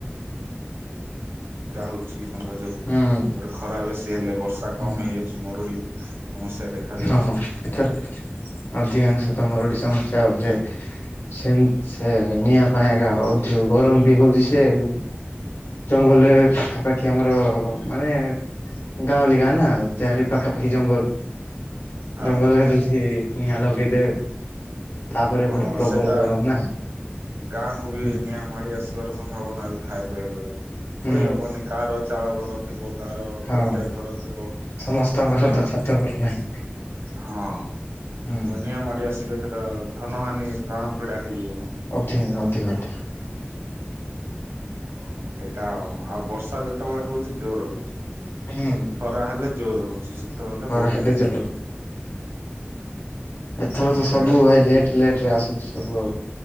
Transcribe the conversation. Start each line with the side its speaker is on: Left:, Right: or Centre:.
Right: ଯା ହଉଛି ଆମ୍ଭ ଯୋଗୁ
Left: ହୁଁ
Right: ତାପରେ ଖରା ବେସି ହେଲେ ବର୍ଷା କମ
Left: ହୁଁ
Right: ହେଇଉଛି ମରୁଡି ସମସ୍ୟା ଦେଖା ଯାଉଛି
Left: ହଁ ହଁ ଏଥର ଅଧିକାଂଶ ତ ମରୁଡ଼ି ସମସ୍ୟା ହଉଛି। ସେ ସେ ନିଆଁ ପାଇଁ କା ଅଧିକ ଗରମ ବି ହଉଛି ସେମ୍ ଜଙ୍ଗଲରେ ଏବେ ପାଖାପାଖି ଆମର ମାନେ ଗାଁଉଲି ଗାଁ ନା ଚାରି ପାଖାପାଖି ଜଙ୍ଗଲ
Right: ହଁ
Left: ଜଙ୍ଗଲରେ ବେସି‌ ନିଆଁ ଲଗେଇଦେ ତାପରେ
Right: ହଁ
Left: ଏପଟେ ପ୍ରବଳ
Right: ସେଟା
Left: ଗରମ ନା
Right: ଗାଁକୁ ବି
Left: ହୁଁ
Right: ନିଆଁ ମାଡି ଆସିବାର ସମ୍ଭାବନା ବି ଥାଏ ବେ ବେଲେବବେଳେ
Left: ହୁଁ
Right: କହିହବନି କାହାର ଚାଳ ଥିବ। କାହାର
Left: ହଁ
Right: କେମିତିଆ ଘର ଥିବ
Left: ସମସ୍ତଙ୍କ
Right: ତନିଆମ
Left: ଘର ତ ଛାତ ଘର ନାହିଁ
Right: ହଁ,
Left: ହୁଁ
Right: ତ ନିଆଁ ମାଡି ଆସିଲେ ସେଟା ଧନ ହାନି ପ୍ରାଣ ପୀଡା ହେଇଯିବ। ପୁଣି।
Left: ଅଧିନ ଅଧିକ ଅଧିକ
Right: ହୁଁ ତ ସେଇଟା ଆଉ ବର୍ଷା ଯେତେବେଳେ ହଉଛି ଜୋର ହଉଛି‌।
Left: ହୁଁ
Right: ଖରା ହେଲେ ଜୋର ହଉଛି। ଶୀତ ହେଲେ
Left: ଘର
Right: ବହୁତ ଜୋର ହଉଛି।
Left: ଜର ଏଥର
Right: ଏବେ
Left: ତ ସବୁ
Right: ଆଉ
Left: ଭାଇ ଲେଟ୍ ଲେଟରେ ଆସୁଛି ସବୁ ଆଉ।